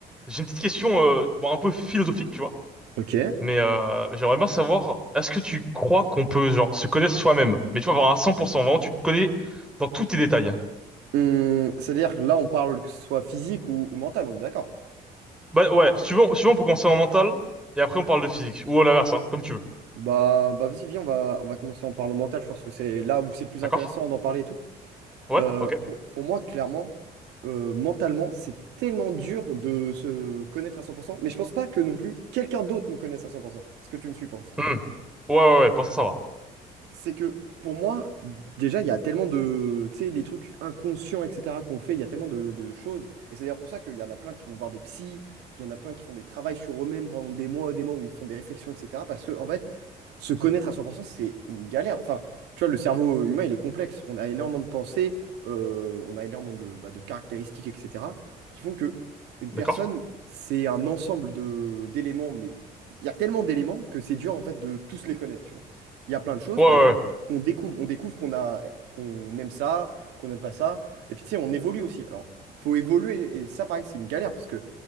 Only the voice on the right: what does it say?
Ok.
Hum, c'est-à-dire, là, on parle que ce soit physique ou, ou mental, on est d'accord?
Bah, bah vas-y, viens, on va, on va commencer en parlant mental. Je pense que c'est là où c'est le plus
intéressant d'en parler et tout.
Euh,
pour, pour moi, clairement, euh, mentalement, c'est tellement dur de se connaître à cent pour cent. mais je pense pas que non plus quelqu'un d'autre nous connaisse à 100%. Est-ce que tu me suis pour l'instant?
c'est que pour moi, déjà, il y a tellement de, tu sais, les trucs inconscients, etc., qu'on fait, il y a tellement de, de choses. Et c'est d'ailleurs pour ça qu'il y en a plein qui vont voir des psys, il y en a plein qui font des travaux sur eux-mêmes pendant des mois et des mois où ils font des réflexions, etc. Parce que, en fait, se connaître à 100%, c'est une galère. Enfin, tu vois, le cerveau humain, il est complexe. On a énormément de pensées, euh, on a énormément de, bah, de caractéristiques, etc., qui font que une
personne, c'est un ensemble de d'éléments, mais il y a tellement d'éléments que c'est dur, en fait, de tous les connaître, tu vois. Il y a plein de choses,
par
exemple, qu'on découvre. On découvre qu'on a, qu'on aime ça, qu'on n'aime pas ça. Et puis, tu sais, on évolue aussi. Alors, faut évoluer. Et ça, pareil, c'est une galère, parce que